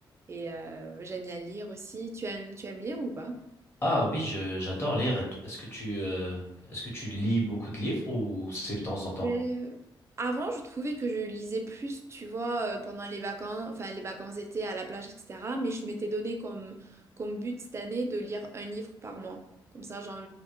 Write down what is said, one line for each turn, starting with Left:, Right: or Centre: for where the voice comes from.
Right: Et euh, j'aime bien lire aussi. Tu aimes, tu aimes lire ou pas?
Left: Ah oui, je- j'adore lire. Et to- Est-ce que tu, euh, est-ce que tu lis beaucoup de livres ou c'est de temps en temps?
Right: Euh, Avant, je trouvais que je lisais plus, tu vois, euh, pendant les vacances, enfin les vacances d'été à la plage, etc. Mais je m'étais donné comme, comme but cette année de lire un livre par mois. Comme ça, j'en,